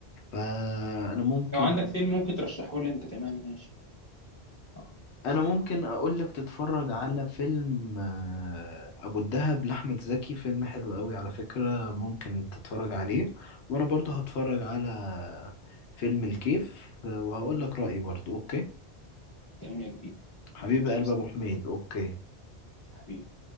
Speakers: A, on the left; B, on the left.
A: فأنا ممكن
B: لو عندك فيلم ممكن ترشحه لي انت كمان ماشي اه
A: أنا ممكن أقول لك تتفرج على فيلم آه، أبو الدهب لأحمد زكي فيلم حلو قوي على فكرة ممكن تتفرج عليه وأنا برضه هتفرج على فيلم الكيف آه، وهقول لك رأيي برضه أوكي
B: تمام يا كبير
A: حبيب
B: ماشي
A: قلب
B: مستني
A: أبو حميد أوكي
B: حبيبي